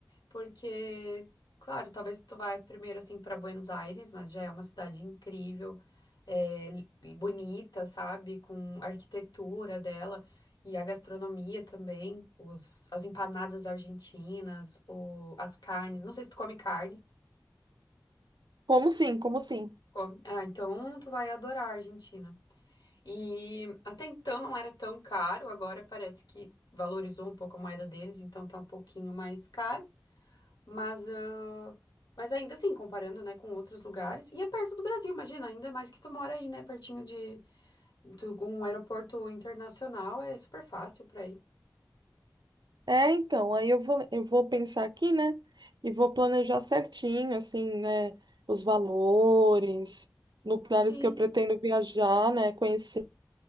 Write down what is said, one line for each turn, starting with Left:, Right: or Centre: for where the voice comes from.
Left: Porque, claro, talvez tu vá primeiro assim para Buenos Aires, mas já é uma cidade incrível, é, li- bonita, sabe? Com a arquitetura dela e a gastronomia também, os, as empanadas argentinas, o, as carnes. Não sei se tu come carne.
Right: Como sim, como sim.
Left: Come. Ah, então tu vai adorar a Argentina. E até então não era tão caro, agora parece que valorizou um pouco a moeda deles, então tá um pouquinho mais caro. Mas, ah, mas ainda assim, comparando, né, com outros lugares. E é perto do Brasil, imagina, ainda mais que tu mora aí, né, pertinho de, do- um aeroporto internacional, é super fácil pra ir.
Right: É, então, aí eu vou, eu vou pensar aqui, né? E vou planejar certinho, assim, né? Os valores, lugares
Left: Sim,
Right: que eu pretendo viajar, né? Conhecer.